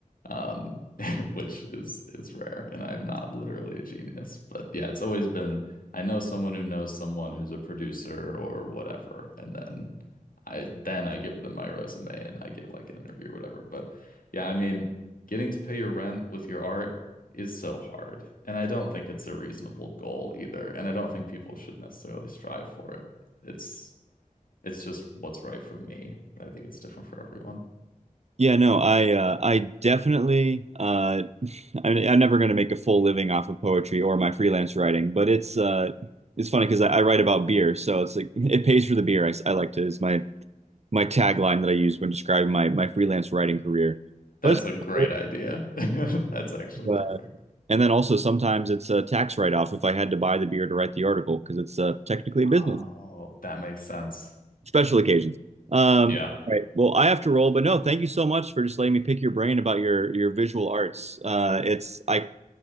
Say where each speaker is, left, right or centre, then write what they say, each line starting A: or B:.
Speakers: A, on the left (about 80°); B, on the right (about 50°).
A: Um <laughs> which is is rare and I'm not literally a genius, but yeah, it's always been I know someone who knows someone who's a producer or whatever, and then I then I give them my resume and I get like an interview or whatever. But yeah, I mean, getting to pay your rent with your art is so hard, and I don't think it's a reasonable goal either, and I don't think people should necessarily strive for it. It's it's just what's right for me, but I think it's different for everyone.
B: Yeah, no, I uh, I definitely uh, I'm, I'm never going to make a full living off of poetry or my freelance writing, but it's uh it's funny because I, I write about beer, so it's like it pays for the beer. I, s- I like to is my my tagline that I use when describing my my freelance writing career. But
A: That's
B: it's
A: a great
B: cool.
A: idea. <laughs> That's actually
B: Uh,
A: perfect.
B: and then also sometimes it's a tax write-off if I had to buy the beer to write the article because it's uh, technically
A: Oh,
B: a business,
A: that makes sense.
B: special occasions. Um,
A: Yeah.
B: all right. Well, I have to roll, but no, thank you so much for just letting me pick your brain about your your visual arts. Uh, it's I